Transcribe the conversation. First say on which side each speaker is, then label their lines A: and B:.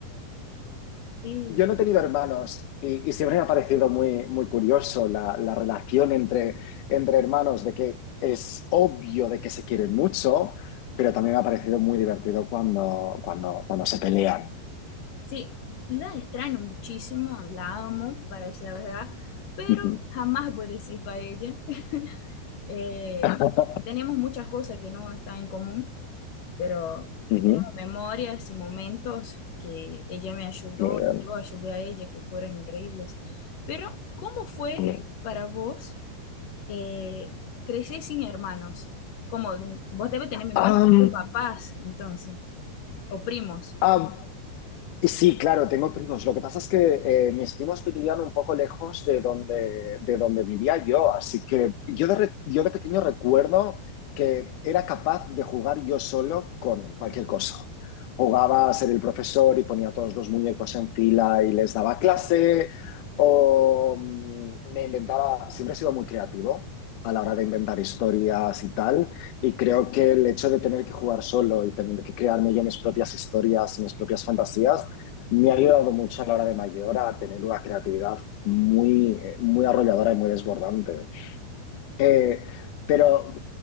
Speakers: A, on the left; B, on the left.
A: Sí,
B: Yo no he tenido hermanos y, y siempre me ha parecido muy, muy curioso la, la relación entre, entre hermanos, de que es obvio de que se quieren mucho, pero también me ha parecido muy divertido cuando, cuando, cuando se pelean.
A: sí, la extraño muchísimo, la amo, para decir la verdad, pero
B: Ujú.
A: jamás voy a decir para ella. <laughs> Eh,
B: <laughs>
A: tenemos muchas cosas que no están en común, pero
B: Ujú.
A: tenemos memorias y momentos que ella me ayudó,
B: Muy bien,
A: yo ayudé a ella, que fueron increíbles. Pero, ¿cómo fue
B: muy bien.
A: para vos eh, crecer sin hermanos? Como vos debes tener memorias
B: Am,
A: de tus papás, entonces. o primos.
B: am, Y Sí, claro, tengo primos. Lo que pasa es que eh, mis primos vivían un poco lejos de donde, de donde vivía yo, así que yo de, re- yo de pequeño recuerdo que era capaz de jugar yo solo con cualquier cosa. Jugaba a ser el profesor y ponía todos los muñecos en fila y les daba clase, o mm, me inventaba, siempre he sido muy creativo a la hora de inventar historias y tal. Y creo que el hecho de tener que jugar solo y tener que crearme yo mis propias historias y mis propias fantasías me ha ayudado mucho a la hora de mayor a tener una creatividad muy, eh, muy arrolladora y muy desbordante. Eh, pero,